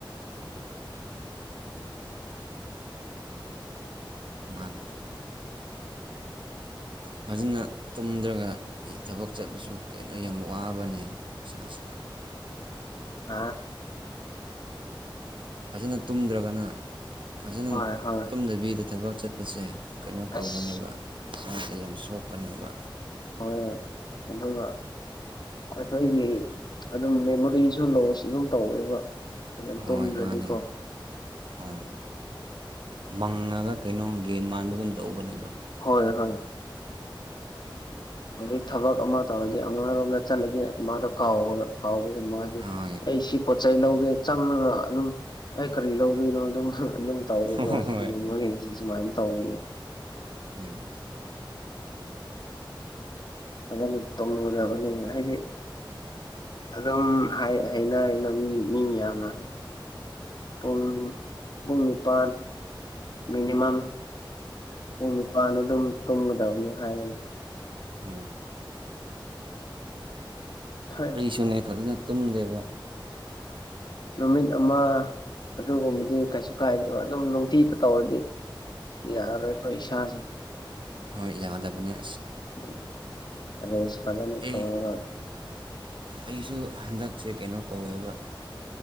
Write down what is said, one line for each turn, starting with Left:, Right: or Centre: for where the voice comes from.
Right: <inaudible> ꯃꯥꯅꯦ ꯐꯖꯅ ꯇꯨꯝꯗ꯭ꯔꯒ ꯊꯕꯛ ꯆꯠꯄꯁꯨ ꯀꯩꯅꯣ ꯌꯥꯝ ꯋꯥꯕꯅꯦ ꯏꯁꯥꯁꯦ
Left: ꯍꯥ
Right: ꯐꯖꯅ ꯇꯨꯝꯗ꯭ꯔꯒꯅ ꯐꯖꯅ
Left: ꯍꯣꯏ ꯍꯣꯏ
Right: ꯇꯨꯝꯗꯕꯤꯗ ꯊꯕꯛ ꯆꯠꯄꯁꯦ ꯀꯩꯅꯣ ꯇꯧꯕꯅꯦꯕ
Left: ꯑꯁ
Right: ꯏꯁꯥꯁꯦ ꯌꯥꯝ ꯁꯣꯛꯄꯅꯦꯕ
Left: ꯍꯣꯏ ꯑꯗꯨꯒ ꯑꯩꯈꯣꯏꯒꯤ ꯑꯗꯨꯝ ꯃꯦꯃꯣꯔꯤꯁꯨ ꯂꯣꯁ ꯑꯗꯨꯝ ꯇꯧꯋꯦꯕ ꯐ
Right: ꯍꯣꯏ
Left: ꯇꯣꯗ꯭ꯔꯗꯤꯀꯣ
Right: ꯃꯥꯅꯦ ꯍꯣꯏ ꯃꯪꯉꯒ ꯀꯩꯅꯣ ꯒꯦꯟ ꯃꯥꯟꯕꯒꯨꯝ ꯇꯧꯕꯅꯦꯕ
Left: ꯍꯣꯏ ꯍꯣꯏ ꯍꯧꯖꯤꯛ ꯊꯕꯛ ꯑꯃ ꯇꯧꯔꯗꯤ ꯑꯃꯔꯣꯝꯗ ꯆꯠꯂꯒ ꯃꯥꯗꯣ ꯀꯥꯎꯕ ꯀꯥꯎꯕ ꯎꯃ ꯍꯥꯏꯗꯤ
Right: ꯍꯣꯏ
Left: ꯑꯩ ꯁꯤ ꯄꯣꯠ ꯆꯩꯩ ꯂꯧꯒꯦ ꯆꯪꯉꯒ ꯑꯗꯨꯝ ꯑꯩ ꯀꯔꯤ ꯂꯧꯗꯣꯏꯅꯣ ꯑꯗꯨꯝ ꯑꯗꯨꯝ ꯇꯧꯁ
Right: ꯍꯣꯏ ꯍꯣꯏ
Left: <inaudible> ꯁꯨꯃꯥꯏꯅ ꯇꯧꯅ
Right: ꯑꯝ
Left: ꯑꯗꯨꯅ ꯇꯨꯝꯒꯗꯕꯅꯦ ꯍꯥꯏꯗꯤ ꯑꯗꯨꯝ ꯍꯥꯏꯅꯩꯅ ꯃꯤ ꯃꯤ ꯃꯌꯥꯝꯅ ꯄꯨꯟ ꯄꯨꯡ ꯅꯤꯄꯥꯟ ꯃꯤꯅꯤꯃꯝ ꯄꯨꯡ ꯅꯤꯄꯥꯥꯟ ꯑꯗꯨꯝ ꯇꯣꯝꯒꯗꯕꯅꯤ ꯍꯥꯏꯅ
Right: ꯑꯝ
Left: ꯈꯥꯏ
Right: ꯑꯩꯁꯨꯅꯦ ꯐꯖꯅ ꯇꯨꯝꯗꯦꯕ
Left: ꯅꯨꯃꯤꯠ ꯑꯃ ꯑꯗꯨꯒꯨꯝꯕꯗꯤ ꯀꯩꯁꯨ ꯀꯥꯏꯗꯕ ꯑꯗꯨꯝ ꯅꯨꯡꯇꯤꯇ ꯇꯧꯔꯗꯤ ꯌꯥ ꯌꯥꯔꯔꯣꯏ ꯄꯩꯁꯥ ꯑꯁ
Right: ꯍꯣꯏ ꯌꯥꯗꯕꯅꯦ
Left: ꯐꯖꯅ
Right: ꯑꯩ
Left: ꯇꯧꯔ ꯋꯥ
Right: ꯑꯩꯁꯨ ꯍꯟꯗꯛꯁꯦ ꯀꯩꯅꯣ ꯇꯧꯋꯦꯕ